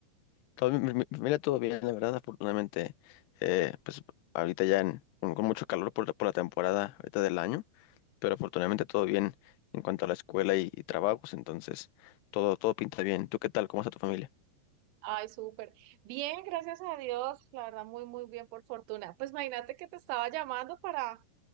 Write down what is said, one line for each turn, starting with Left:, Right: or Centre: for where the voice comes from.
Left: Todo bien, mi, mi familia todo bien, la verdad, afortunadamente, eh, pues ahorita ya en- con, con mucho calor por, la- por la temporada ahorita del año, pero afortunadamente todo bien en cuanto a la escuela y, y trabajos, entonces todo, todo pinta bien. ¿Tú qué tal? ¿Cómo está tu familia?
Right: Ay, súper. Bien, gracias a Dios, la verdad, muy, muy bien, por fortuna. Pues imagínate que te estaba llamando para,